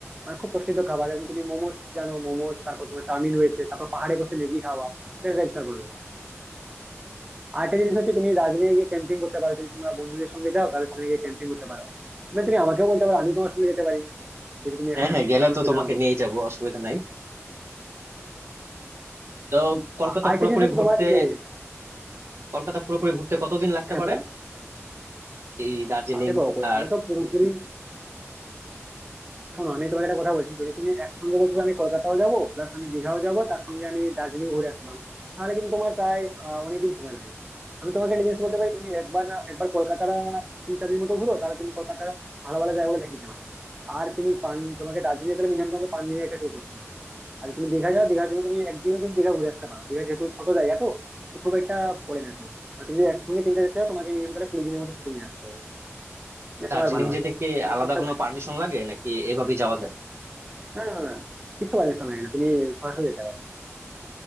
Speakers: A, on the right; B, on the right.
A: মানে খুব প্রসিদ্ধ খাবার এবং তুমি মোমোস জানো মোমোস তারপর তোমার চাউমিন রয়েছে তারপর পাহাড়ে বসে ম্যাগি খাওয়া এটা একটা বিশাল বড় ব্যাপার আর একটা জিনিস হচ্ছে তুমি দার্জিলিং গিয়ে ক্যাম্পিং করতে পারো যদি তোমরা বন্ধুদের সঙ্গে যাও তাহলে সেখানে গিয়ে ক্যাম্পিং করতে পারো মানে তুমি আমাকেও বলতে পারো আমি তোমার সঙ্গে যেতে পারি যেহেতু তুমি এখানে
B: হ্যাঁ হ্যাঁ
A: আসছো
B: গেলে
A: কোনো
B: তো
A: অসুবিধা
B: তোমাকে
A: হবে না
B: নিয়েই যাবো অসুবিধা নাই তো কলকাতা
A: আ- আর একটা
B: পুরোপুরি
A: জিনিস হচ্ছে
B: ঘুরতে
A: তোমার যে
B: কলকাতা পুরোপুরি ঘুরতে কতদিন লাগতে
A: হ্যাঁ
B: পারে
A: বলো
B: এই দার্জিলিং
A: আ, দেখো কলকাতা
B: আর
A: তো পুরোপুরি শোনো আমি তোমাকে একটা কথা বলছি যদি তুমি একসঙ্গে বলছো যে আমি কলকাতাও যাবো প্লাস আমি দীঘাও যাবো তার সঙ্গে আমি দার্জিলিং ঘুরে আসতে পারবো তাহলে কিন্তু তোমার প্রায় আহ, অনেকদিন সময় লাগবে আমি তোমাকে একটা জিনিস বলতে পারি তুমি একবার না একবার কলকাতাটা তিন চার দিন মতো ঘুরো তাহলে তুমি কলকাতার ভালো ভালো জায়গাগুলো দেখে নিতে পারবে আর তুমি পান তোমাকে দার্জিলিং তাহলে মিনিমাম তোমাকে পাঁচ দিনের একটা ট্যুর করতে হবে আর যদি তুমি দীঘা যাও দীঘার জন্য তুমি একদিনে তুমি দীঘা ঘুরে আসতে পারো দীঘা যেহেতু ছোট জায়গা তো তো খুব একটা পড়ে না সেরকম। আর তুমি যদি একসঙ্গে তিনটা দেখতে যাও তোমাকে মিনিমাম তাহলে কুড়ি দিনের মতো ছুটি নিয়ে আসতে হবে না
B: দার্জিলিং
A: তোমার ভালো হয়ে
B: যেতে
A: যাবে
B: কি
A: তুমি
B: আলাদা
A: সবটা
B: কোনো পারমিশন লাগে নাকি এভাবেই যাওয়া যায়
A: না না না কিছু পারমিশন লাগে না তুমি সরাসরি যেতে পারো